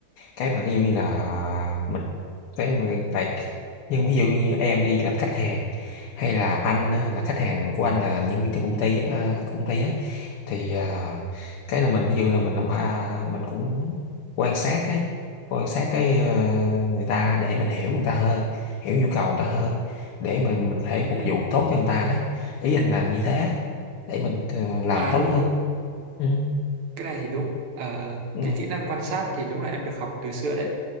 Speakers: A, on the left; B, on the right.
A: cái mà ví dụ như là mình cái mà tại nhưng ví dụ như em đi gặp khách hàng hay là anh á, là khách hàng của anh là nhân viên trong công ty á, à, công ty á thì à, cái là mình ví dụ là mình không phải à, mình cũng quan sát cái quan sát cái ờ, người ta để mình hiểu người ta hơn hiểu nhu cầu người ta hơn để mình mình có thể
B: ừ.
A: phục vụ tốt cho người ta đó ý anh là như thế để mình ờ, làm
B: à
A: tốt
B: đúng
A: hơn
B: đúng
A: ừ
B: cái này thì đúng Ờ,
A: ừ
B: cái kỹ năng quan sát thì đúng là em được học từ xưa đấy